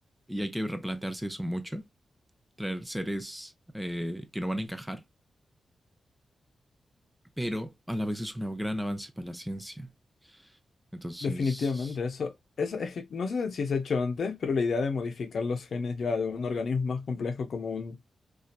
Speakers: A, in the centre; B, on the left.
A: y hay que replantearse eso mucho, traer seres eh, que no van a encajar pero a la vez es un gran avance para la ciencia. Entonces,
B: Definitivamente, eso, eso es que no sé si se ha hecho antes, pero la idea de modificar los genes ya de un organismo más complejo como un